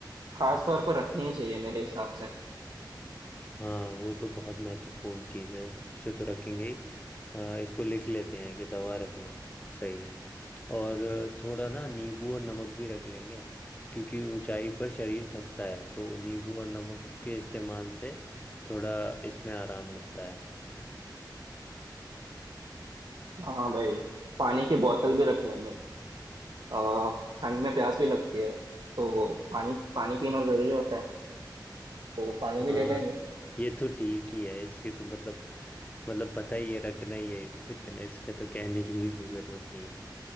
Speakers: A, on the right; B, on the left.
A: खास तौर पर रखनी ही चाहिए मेरे हिसाब से
B: हाँ वो तो बहुत महत्वपूर्ण चीज़ है उसे तो रखेंगे ही अ, इसको लिख लेते हैं कि दवा रखना है सही है और थोड़ा ना नींबू और नमक भी रख लेंगे क्योंकि ऊंचाई पर शरीर थकता है तो नींबू और नमक के इस्तेमाल से थोड़ा इसमें आराम मिलता है हमें
A: हाँ भाई पानी की बोतल भी रख लेंगे आ, ठंड में प्यास भी लगती है तो पानी पानी पीना जरूरी होता है तो पानी
B: हाँ
A: भी ले जाएंगे
B: ये तो ठीक ही है इसके तो मतलब मतलब पता ही है रखना ही है तो इतने इसमें तो कहने की भी कोई ज़रूरत नहीं है